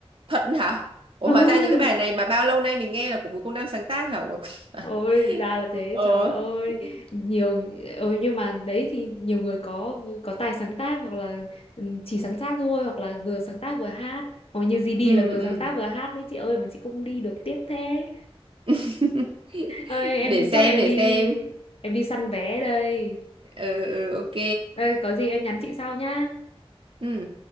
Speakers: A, on the right; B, on the left.
A: thật hả? Ủa
B: Ôi.
A: hóa ra những cái bài này mà bao lâu nay mình nghe là của Bùi Công Nam sáng tác hả? Ủa? <laughs>
B: Ôi ra là thế
A: Ờ.
B: trời ơi
A: Ừ.
B: nhiều ừ, nhưng mà đấy thì nhiều người có có tài sáng tác hoặc là ừ, chỉ sáng tác thôi hoặc là vừa sáng tác vừa hát hoặc như GD
A: Ừ
B: là vừa
A: ừ.
B: sáng tác vừa hát đấy chị ơi mà chị không đi được tiếc thế
A: <laughs>
B: ơi em
A: Để
B: đi
A: xem
B: chắc em
A: để
B: đi
A: xem.
B: em đi săn vé đây
A: Ừ ừ ok.
B: Ê, có gì em nhắn chị sau nhá
A: Ừ.